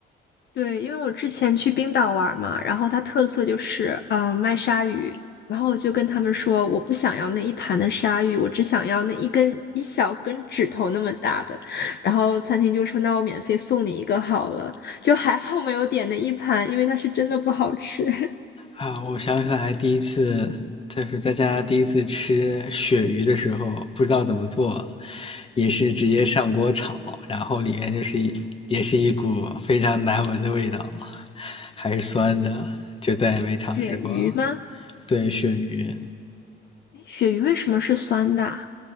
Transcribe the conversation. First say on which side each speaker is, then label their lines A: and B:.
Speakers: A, on the left (about 60°); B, on the left (about 30°).
A: 对，因为我之前去冰岛玩儿嘛，然后它特色就是，嗯、卖鲨鱼。然后我就跟他们说，我不想要那一盘的鲨鱼，我只想要那一根一小根指头那么大的。然后餐厅就说，那我免费送你一个好了。就还好没有点那一盘，因为它是真的不好吃。<laughs>
B: 啊，我想起来第一次就是在家第一次吃鳕鱼的时候，不知道怎么做，也是直接上锅炒，然后里面就是一也是一股非常难闻的味道，还是酸的，就再也没尝试过了。
A: 鳕鱼吗？
B: 对，鳕鱼
A: 诶鳕鱼为什么是酸的啊